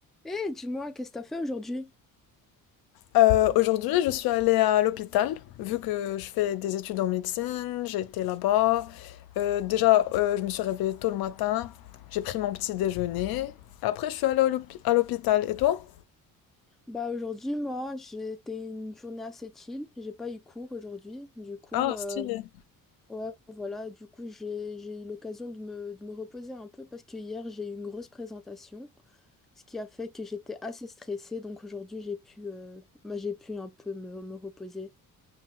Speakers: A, in the centre; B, on the left (about 90°).
A: Eh, dis-moi, qu'est-ce que t'as fait aujourd'hui?
B: Euh, aujourd'hui, je suis allée à l'hôpital, vu que je fais des études en médecine, j'étais là-bas. Euh, déjà, euh, je me suis réveillée tôt le matin, j'ai pris mon petit déjeuner. Après, je suis allée à l'hôpi- à l'hôpital. Et toi?
A: Bah aujourd'hui, moi, j'étais une journée assez chill. J'ai pas eu cours aujourd'hui. Du coup,
B: Ah,
A: euh,
B: stylé.
A: ouais, voilà. Du coup, j'ai j'ai eu l'occasion de me, de me reposer un peu parce que hier, j'ai eu une grosse présentation, ce qui a fait que j'étais assez stressée. Donc aujourd'hui, j'ai pu, euh, bah, j'ai pu un peu me, me reposer.